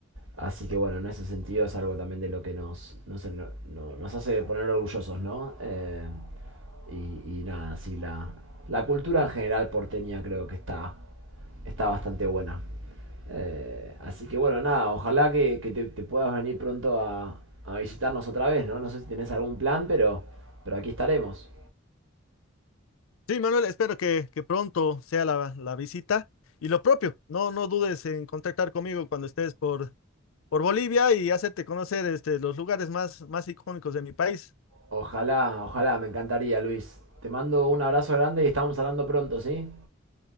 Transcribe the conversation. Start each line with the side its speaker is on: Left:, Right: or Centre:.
Right: Así que bueno, en ese sentido es algo también de lo que nos, nos, no- no- nos hace poner orgullosos, ¿no? Eh, y, y nada, sí, la, la cultura en general porteña creo que está está bastante buena. Eh, así que bueno, nada, ojalá que, que te, te puedas venir pronto a, a visitarnos otra vez, ¿no? No sé si tenés algún plan, pero, pero aquí estaremos.
Left: Sí, Manuel, espero que, que pronto sea la, la visita. Y lo propio, no, no dudes en contactar conmigo cuando estés por, por Bolivia y hacerte conocer este, los lugares más, más icónicos de mi país.
Right: Ojalá, ojalá, me encantaría, Luis. Te mando un abrazo grande y estamos hablando pronto, ¿sí?